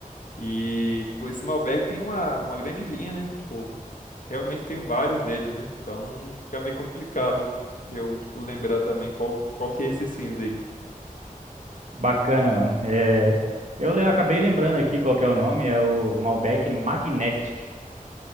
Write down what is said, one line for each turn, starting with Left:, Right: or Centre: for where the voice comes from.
Left: E, tipo, esse Malbec tem uma, uma grande linha, né? Tipo, Realmente tem vários deles, né? Então fica meio complicado de eu, tipo, lembrar também qual, qual que é esse cinza aí.
Right: Bacana, mano. É, eu le- acabei lembrando aqui qual que é o nome, é o Malbec Magnetic.